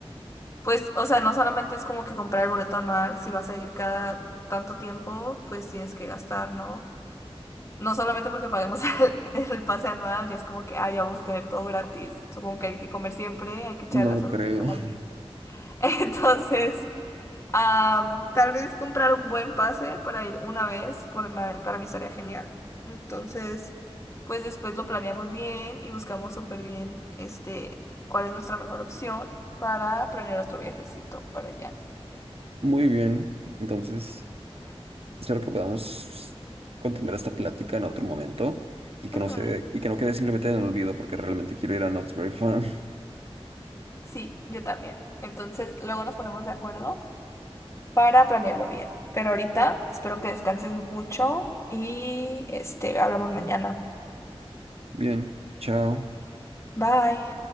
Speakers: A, on the left (about 30°); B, on the right (about 70°).
A: Pues, o sea, no solamente es como que comprar el boleto anual, si vas a ir cada tanto tiempo, pues tienes que gastar, ¿no? No solamente porque paguemos <laughs> el, el pase anual, ya es como que, ah, ya vamos a tener todo gratis. Supongo que hay que comer siempre, hay que echar
B: No
A: gasolina
B: lo creo.
A: por ahí.
B: <laughs>
A: <laughs> Entonces, am, tal vez comprar un buen pase para ir una vez, por, ma- para mí estaría genial. Entonces, pues después lo planeamos bien y buscamos súper bien, este, cuál es nuestra mejor opción para planear otro viajecito para allá.
B: Muy bien, entonces espero que podamos continuar esta plática en otro momento y que
A: Ujú,
B: no se, y que no quede simplemente en el olvido porque realmente quiero ir a Knott's Berry Farm.
A: Sí, yo también. Entonces, luego nos ponemos de acuerdo para planearlo bien. Pero ahorita espero que descanses mucho y este, hablamos mañana.
B: <laughs> Bien, chao.
A: Bye.